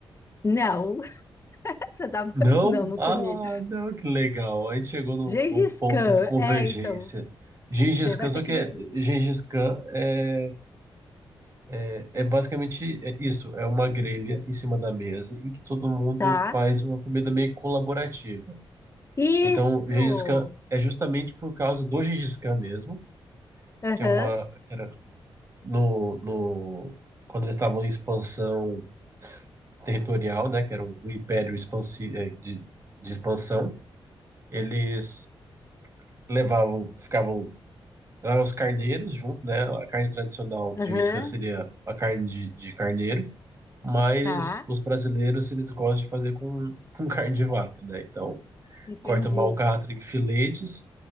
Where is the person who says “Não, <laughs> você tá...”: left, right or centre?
Left